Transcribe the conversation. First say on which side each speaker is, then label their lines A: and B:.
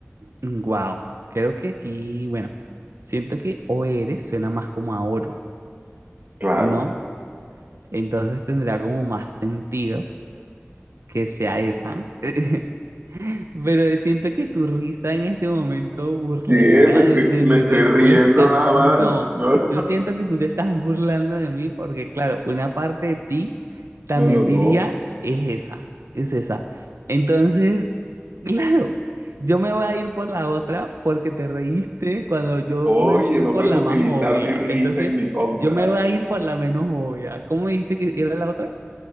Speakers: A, on the right (about 85°); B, on the right (about 40°).
A: Wow, creo que aquí, bueno, siento que o OR suena más como a oro,
B: Claro.
A: ¿no? Entonces tendrá como más sentido que sea esa. <laughs> Pero siento que tu risa en este momento burlesca
B: ¿Qué? Me estoy,
A: de, de
B: me
A: mi
B: estoy
A: respuesta,
B: riendo nada
A: no.
B: más. No,
A: Yo siento que tú te estás burlando de mí porque, claro, una parte de ti también
B: no, no, no.
A: diría, es esa, es esa. Entonces, <laughs> claro, yo me voy a ir por la otra porque te reíste cuando yo
B: Oye,
A: me fui
B: no
A: por
B: puedes
A: la
B: utilizar
A: más obvia.
B: mi risa
A: Entonces,
B: en mi contra.
A: yo me voy a ir por la menos obvia. ¿Cómo me dijiste que era la otra?